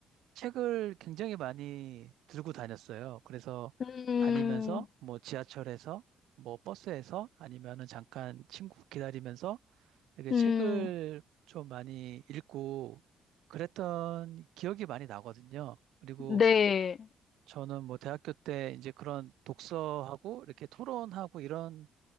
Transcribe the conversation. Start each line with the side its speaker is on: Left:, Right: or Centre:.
Right: 책을 굉장히 많이 들고 다녔어요. 그래서
Left: 음,
Right: 다니면서 뭐 지하철에서 뭐 버스에서 아니면은 잠깐 친구 기다리면서 렇게 책을
Left: 음.
Right: 좀 많이 읽고 그랬던 기억이 많이 나거든요. 그리고
Left: 네.
Right: 저는 뭐 대학교 때 이제 그런 독서하고 이렇게 토론하고 이런